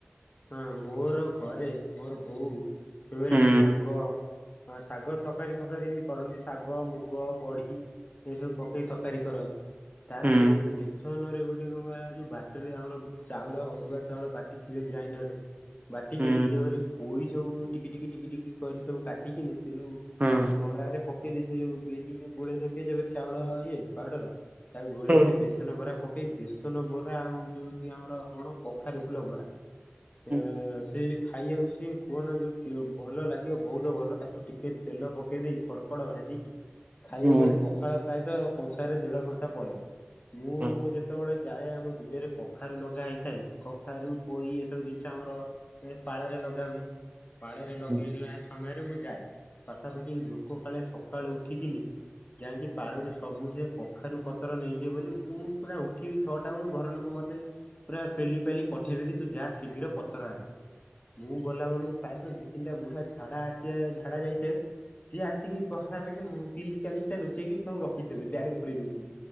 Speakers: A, on the left; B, on the right.
A: ହଁ ମୋର ଘରେ ମୋର ବୋଉ ଟୁଏରେ
B: ହୁଁ
A: ଶାଗ ହଁ ଶାଗ ତକାରୀ ଫକାରୀ ଏମିତି କରନ୍ତି ଶାଗ ମୁଗ ପିଗି ଏ ସବୁ ପକେଇ ତକାରୀ କରନ୍ତି। ତାପରେ
B: ହୁଁ
A: ବେସନରେ ଗୋ ଏ କଁ କ ଆ ଯୋଉ ବାଟରେ ଆମର ଚାଉଳ ଅରୁଆ ଚାଉଳ ବାଟିଥିବେ ଗ୍ରାଇଣ୍ଡରରେ। ବାଟିକି
B: ହୁଁ
A: ନିଜ ଘରେ ପୋଇ ସବୁ ଟିକି ଟିକି ଟିକି ଟିକି କରି ସବୁ କାଟିକିନି ସେ ଯୋଉ
B: ହଁ
A: ବରାରେ ପକେଇଦେଇ ସେ ଯୋଉ ବିରି ଯୋଉ ଗୋଳେଇ ନଥିବେ ଯେ ଟଚାଉଳ ଇଏ ପାଉଡ଼ର ତାକୁ ଗୋଳେଇ
B: ହଁ
A: ସେ ବେସନ ଭରା ପକେଇ ବେସନ ବରା ଆଉ ଯୋଉ ଆମର କଣ କଖାରୁ ଫୁଲ ବରା। ସେ
B: ହୁଁ
A: ସେ ଖାଇଆକୁ ସିଏ କୁହନା ଯୋଉ କି ଭଲ ଲାଗିବ ବୋହୁତ ଭଲ ତାକୁ ଟିକେ ତେଲ ପକେଇ ଦେଇ କଡ଼ କଡ଼ ଭାଜିକି ଖାଇବ
B: ହୁଁ
A: ମାନେ ପଖାଳ ପ୍ରାୟତଃ କଂସାରେ ଦେଢ଼ କଂସା ପଳେଇବ ମୁଁ
B: ହୁଁ
A: ଯେତୋଳେ ଯାଏ ଆମ ବିଲରେ କଖାରୁ ଲଗା ହେଇଥାଏ କଖାରୁ ପୋଇ ଏ ସବୁ ଜିନିଷ ଆମର ଏ ପାଳରେ ଲାଗାହୁଏ। ପାଳେରେ ଲଗେଇଲା
B: ହଁ ହଁ
A: ସମୟରେ ମୁଁ ଯାଏ ପାଖାପାଖି ଲୋକ କାଳେ ସକାଳୁ ଉଠିକିନି ଯାଇଁକି ପାଳରୁ ସବୁ ସେ ପଖାରୁ ପତର ନେଇଯିବ ବୋଲି ମୁଁ ପୁରା ଉଠିବି ଛଅଟା ବେଳୁ ଘର ଲୋକ ମତେ ପୁରା ପେଲି ପାଲି ପଠେଇବେ କି ତୁ ଯା ଶୀଘ୍ର ପତର ଆଣିବୁ। ମୁଁ ଗଲା ବଳୁ ପ୍ରାୟତଃ ଦି ତିନିଟା ବୁଢ଼ା ଝାଡ଼ା ଆସିବା ଝାଡ଼ା ଯାଇଥେବେ। ସିଏ ଆସିକି ପଖାପାଖି ମୁଁ ତିରିଶ ଚାଳିଶଟା ନୁଚେଇକି ସବୁ ରଖିଥିବେ ବ୍ୟାଗ୍ ରେ ପୁରେଇ ଦଉଚି।